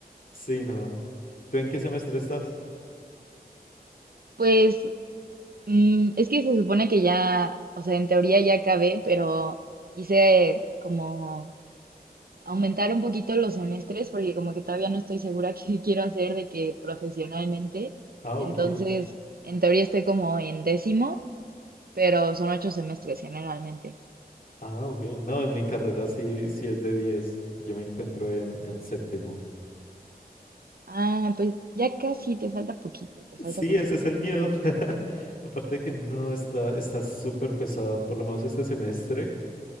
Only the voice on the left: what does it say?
Sí, no. ¿Tú en qué semestre estás?
Ah,
ok,
ah, ok, no, en mi carrera sí, sí es de 10. yo me encuentro en, en séptimo.
Sí,
ese es el miedo, <laughs> aparte de que no, está, está súper pesado, por lo menos este semestre.